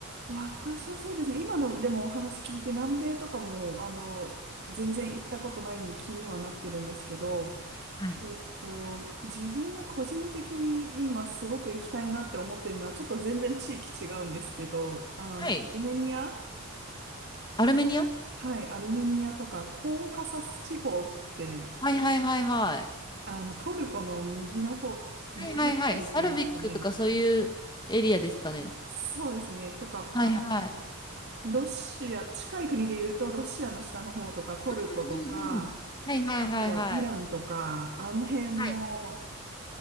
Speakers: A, on the right; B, on the left.
A: 私はそうですね。今の、でもお話聞いて、南米とかも、あの、全然行ったことないんで気にはなってるんですけど、
B: はい。
A: えっと、自分が個人的に今すごく行きたいなって思ってるのは、ちょっと全然地域違うんですけど、あの、
B: はい。
A: アルメニア
B: アルメニア
A: はい、アルメニアとか、コーカサス地方って、
B: はいはいはいはい。
A: あの、トルコの右の方、右隣っていうんですかね。
B: はいはいはい。サルビックとかそういうエリアですかね。
A: そうですね。とか、
B: はいはい。
A: あの、ロシア、近い国で言うと、ロシアの下の方とか、トルコとか、
B: うんうんうん。はいはいはいはい。
A: あとはイランとか、あの辺の
B: はい